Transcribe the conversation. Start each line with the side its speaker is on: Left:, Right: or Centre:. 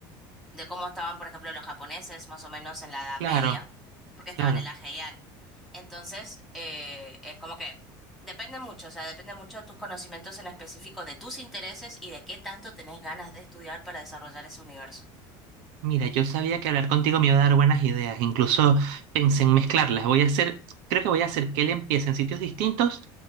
Centre: de cómo estaban, por ejemplo, los japoneses, más o menos en la Edad
Right: claro,
Centre: Media, porque estaban
Right: claro.
Centre: en la Heian. Entonces, eh, es como que depende mucho, o sea, depende mucho de tus conocimientos en específico, de tus intereses y de qué tanto tenés ganas de estudiar para desarrollar ese universo.
Right: Mira, yo sabía que hablar contigo me iba a dar buenas ideas. Incluso pensé en mezclarlas. Voy a hacer, creo que voy a hacer que él empiece en sitios distintos,